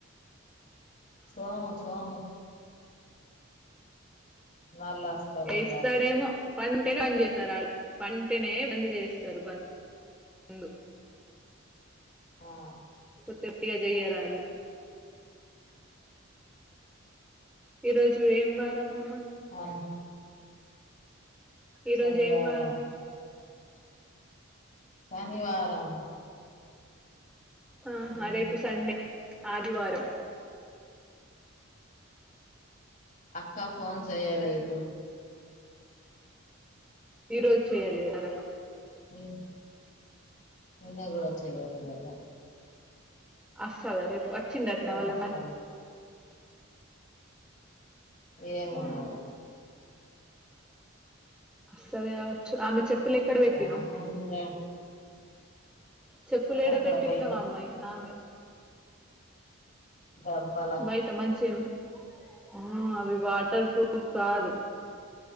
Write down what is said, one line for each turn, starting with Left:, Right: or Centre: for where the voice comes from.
Left: సోము సోము. మళ్ళ వస్తలేదని
Centre: ఏస్తాడేమో. పంటనే బంద్ చేస్తారు వాళ్ళు పంటనే బంద్ చేస్తారు బంద్. ముందు.
Left: ఆహ్.
Centre: ఉట్టిగా చేయరాళ్లు. ఈరోజు ఏం వారం అమ్మ.
Left: అన్
Centre: ఈరోజు
Left: శనివారం
Centre: ఏం వారం.
Left: శనివారం.
Centre: ఆహ్
Left: మ్మ్
Centre: రేపు సండే ఆదివారం.
Left: అక్క ఫోన్ చెయలేదు.
Centre: ఈరోజు చేయ్యాలే కదా.
Left: ఉమ్ నిన్న కూడా చేయలేదు కదా.
Centre: అస్తదా రేపు వచ్చింటంన్నా
Left: ఏమో
Centre: వాళ్ల సార్.
Left: మరి ఏమో
Centre: సార్
Left: మరి.
Centre: అస్తది కావచ్చు ఆమె చెప్పులు ఎక్కడ పెట్టినం.
Left: ఆ
Centre: చెప్పులు ఏడ
Left: అక్కడ
Centre: పెట్టినవ్
Left: బయట
Centre: అమ్మాయి ఆమెవి.
Left: డబ్బల
Centre: బయట మంచిగ అవి ఆహ్ అవి వాటర్ ప్రూఫ్. కాదు.